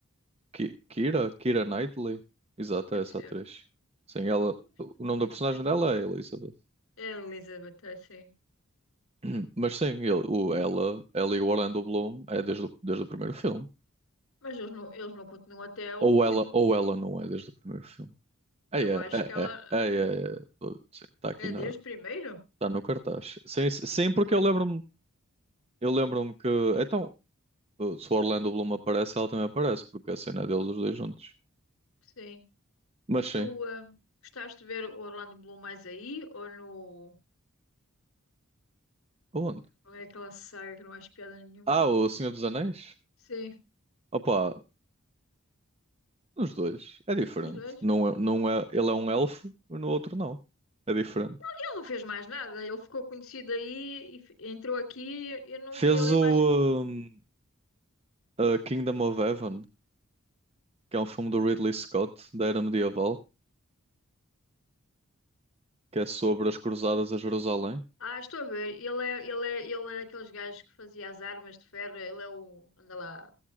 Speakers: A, on the right; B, on the left.
A: Ki- Kira, Kira Knightley. Exato,
B: É
A: é
B: possível.
A: essa atriz. Sim, ela.
B: Não gostei
A: O nome
B: não
A: da
B: gostei
A: personagem
B: muito.
A: dela é Elizabeth.
B: É Elizabeth, é, sim.
A: <clears throat> Mas sim, ele- o, ela, ela e o Orlando Bloom é desde o, desde o primeiro filme.
B: Mas eles não, eles não continuam até ao
A: Ou
B: último.
A: ela, ou ela não é desde o primeiro filme. É,
B: Eu
A: é,
B: acho que ela.
A: é, é, é, é, é. Tô- sim, Tá aqui
B: É
A: na,
B: desde primeiro?
A: tá no cartaz. Sim, sim, sim, porque eu lembro-me, eu lembro-me que então uh, se o Orlando Bloom aparece, ela também aparece, porque a cena é deles os dois juntos.
B: Sim.
A: Mas
B: E tu,
A: sim,
B: ah, gostaste de ver o Orlando Bloom mais aí ou no.
A: onde?
B: Ou é aquela saga que não acho piada nenhuma?
A: Ah, o Senhor dos Anéis?
B: Sim,
A: Opa, nos dois é diferente.
B: os dois.
A: Não é, não é, ele é um elfo, mas no outro não. É diferente.
B: Ele não fez mais nada, ele ficou conhecido aí e f- entrou aqui e eu não
A: Fez
B: vi ele
A: o
B: mais. Ele-
A: um, a Kingdom of Heaven, que é um filme do Ridley Scott da era medieval. que é sobre as cruzadas a Jerusalém.
B: Ah, estou a ver, ele é, ele é, ele é daqueles gajos que fazia as armas de ferro, ele é o. Anda lá,